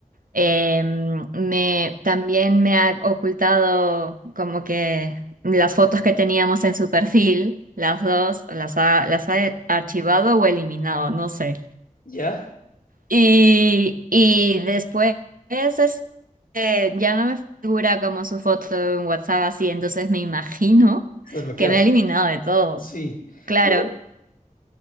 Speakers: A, on the right; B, on the left.
A: Eh, me, también me ha ocultado como que las fotos que teníamos en su perfil, las dos, las ha, las ha archivado o eliminado, no sé.
B: ¿Ya?
A: Y, y después este, ya no me figura como su foto en WhatsApp así, entonces me imagino
B: Estás bloqueado.
A: que me ha eliminado de todo.
B: Sí.
A: Claro,
B: Pero